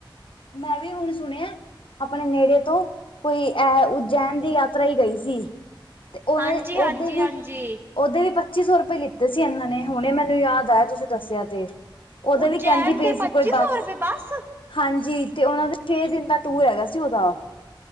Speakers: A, on the left; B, on the right.
A: ਮੈਂ ਵੀ ਹੁਣ ਸੁਣਿਆ ਆਪਣੇ ਨੇੜੇ ਤੋਂ ਕੋਈ ਅਐ ਉਜੈਨ ਦੀ ਯਾਤਰਾ ਈ ਗਈ ਸੀ। ਤੇ ਉਹਨਾਂ
B: ਹਾਂਜੀ
A: ਦੇ
B: ਹਾਂਜੀ
A: ਓਦੇ ਵੀ
B: ਹਾਂਜੀ
A: ਉਹਦੇ ਵੀ ਪੱਚੀ ਸੌ ਰੁਪਏ ਲਿੱਤੇ ਸੀ ਇਹਨਾਂ ਨੇ ਹੁਣੇ ਮੈਨੂੰ ਯਾਦ ਆਇਆ ਤੁਸੀਂ ਦੱਸਿਆ ਤੇ। ਉਦੋਂ
B: ਉਜੈਨ
A: ਵੀ ਕਹਿੰਦੀ ਪਈ
B: ਦੇ
A: ਸੀ
B: ਪੱਚੀ
A: ਕੋਈ ਬਾਸ
B: ਸੌ ਰੁਪਏ ਬਸ
A: ਹਾਂਜੀ ਤੇ ਉਹਨਾਂ ਦਾ ਛੇ ਦਿਨ ਦਾ ਟੂਰ ਹੈਗਾ ਸੀ ਉਹਦਾ